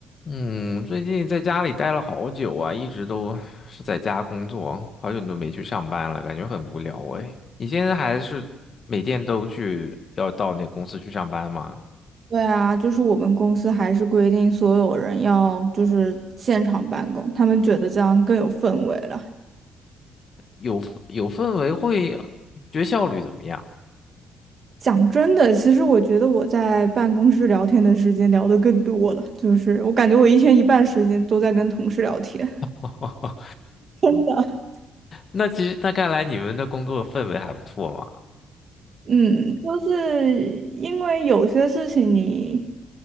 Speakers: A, on the left; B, on the right.
A: 嗯，最近在家里待了好久啊，一直都是在家工作，好久都没去上班了，感觉很无聊哎。你现在还是每天都去，要到那公司去上班吗？
B: 对啊，就是我们公司还是规定所有人要就是现场办公，他们觉得这样更有氛围了。
A: 有有氛围会，觉得效率怎么样？
B: 讲真的，其实我觉得我在办公室聊天的时间聊得更多了，就是我感觉我一天一半时间都在跟同事聊天。
A: <laughs>
B: <laughs> 真的。
A: 那其实那看来你们的工作氛围还不错嘛。
B: 嗯，就是因为有些事情你，